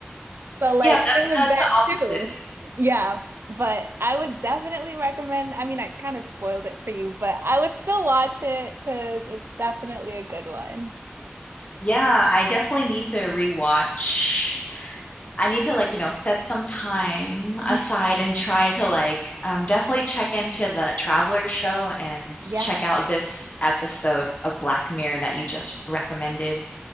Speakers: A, on the right; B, on the left.
A: So like
B: Yeah, that's
A: it was
B: that's
A: that
B: the opposite.
A: too. Yeah. But I would definitely recommend, I mean, I kind of spoiled it for you, but I would still watch it because it's definitely a good one.
B: Yeah, I definitely need to rewatch I need to like, you know, set some time aside
A: Mhm.
B: and try to like um, definitely check into the Travelers show and
A: Yes.
B: check out this episode of Black Mirror that you just recommended.